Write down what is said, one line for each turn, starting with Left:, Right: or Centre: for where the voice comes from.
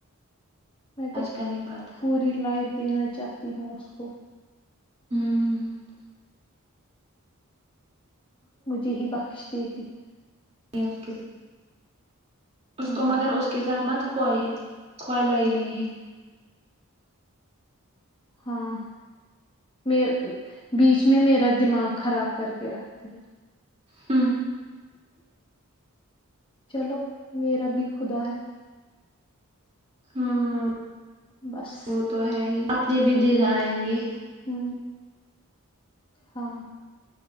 Left: میں تو
Right: کا نہیں پاتا
Left: پوری لائف دینا چاہتی ہوں اس کو
Right: ہوں ہ
Left: مجھے ہی بخشتی <inaudible>
Right: یا اس کے ساتھ اس
Left: ہاں
Right: کو مگر اس کے ساتھ مت کوائے ہے کوائے لائی نہیں ہے
Left: ہاں میں بیچ میں میرا دماغ خراب کر کے رکھتی ہے
Right: ہوں
Left: چلو میرا بھی خدا ہے
Right: ہاں
Left: بس
Right: وہ تو ہے ہی اپنے بھی دن آئیں گے
Left: ہ ہاں